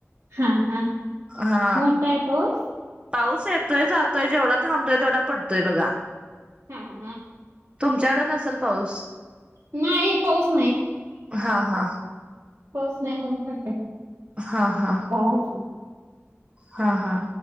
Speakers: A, on the right; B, on the right.
A: हा हा,
B: हा
A: मोठा ए पाऊस.
B: पाऊस येतोय जातोय जेवढा थांबतोय तेवढा पडतोय बघा.
A: हंम्म ह.?
B: तुमच्याकड नसेल पाऊस.
A: नाही, पाऊस नाही,
B: हा हा
A: पाऊस नाही उन पडलं.
B: हा हा.
A: <unintelligible>
B: हा हा.